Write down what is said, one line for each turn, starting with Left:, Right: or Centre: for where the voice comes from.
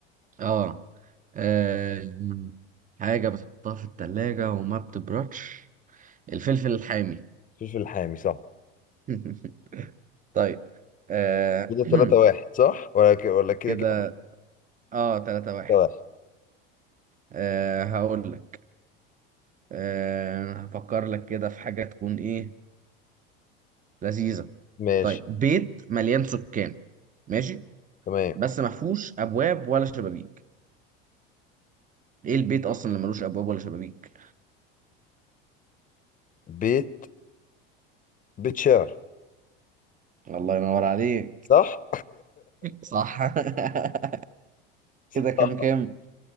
Right: اه آه، حاجة بتحطها في التلاجة وما بتبردش الفلفل الحامي
Left: الفلفل الحامي صح
Right: <laughs> طيب آه...
Left: كده تلاتة
Right: <clears throat>
Left: واحد صح ولا ك... ولا كده
Right: كده
Left: كده
Right: اه تلاتة
Left: تلاتة
Right: واحد
Left: واحد
Right: آه هقول لك أه هفكر لك كده في حاجة تكون إيه لذيذة
Left: ماشي
Right: طيب بيت مليان سكان ماشي
Left: تمام
Right: بس ما فيهوش أبواب ولا شبابيك إيه البيت أصلا اللي ملوش أبواب ولا شبابيك
Left: بيت بيت شعر
Right: الله ينور عليك
Left: صح
Right: صح <laughs> كده
Left: <laughs>
Right: كام كام